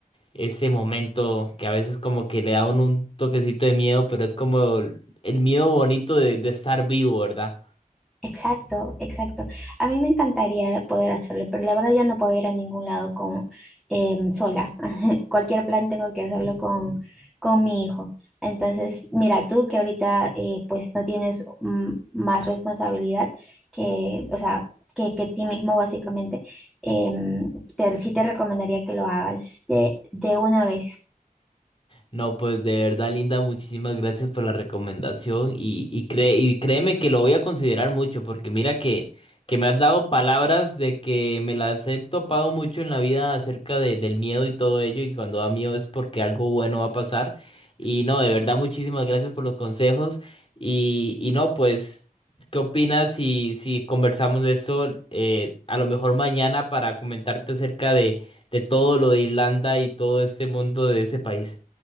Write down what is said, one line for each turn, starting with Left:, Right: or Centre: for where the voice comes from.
Left: ese momento que a veces como que le da a uno un toquecito de miedo, pero es como el el miedo bonito de, de estar vivo, ¿verdad?
Centre: Exacto, exacto. A mí me encantaría poder hacerlo, pero la verdad ya no puedo ir a ningún lado con, em, sola. cualquier plan tengo que hacerlo con, con mi hijo. Entonces, mira, tú que ahorita eh, pues no tienes mm, más responsabilidad que, o sea, que, que ti mismo básicamente, em, te- sí te recomendaría que lo hagas de, de una vez.
Left: No, pues de verdad, Linda, muchísimas gracias por la recomendación y, y, cre- y créeme que lo voy a considerar mucho porque mira que, que me has dado palabras de que me las he topado mucho en la vida acerca de, del miedo y todo ello y cuando da miedo es porque algo bueno va a pasar y no, de verdad, muchísimas gracias por los consejos y, y no, pues, ¿qué opinas si, si conversamos de eso eh, a lo mejor mañana para comentarte acerca de, de todo lo de Irlanda y todo este mundo de ese país?